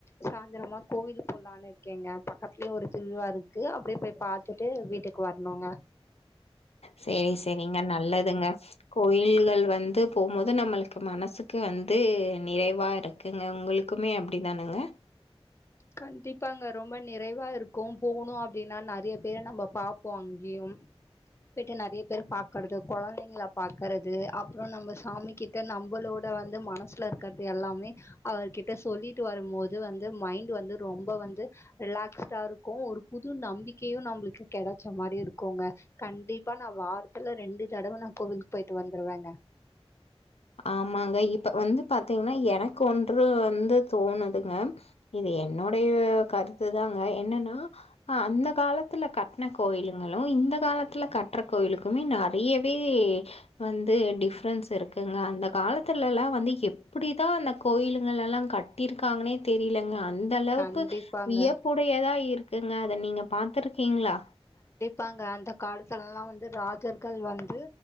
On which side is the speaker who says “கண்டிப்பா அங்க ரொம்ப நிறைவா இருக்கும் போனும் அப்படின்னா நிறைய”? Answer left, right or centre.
Left